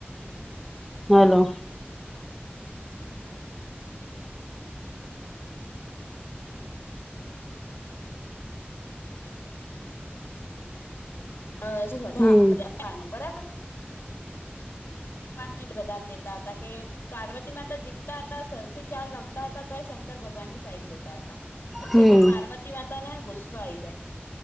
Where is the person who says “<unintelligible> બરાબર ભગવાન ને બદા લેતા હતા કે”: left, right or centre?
Left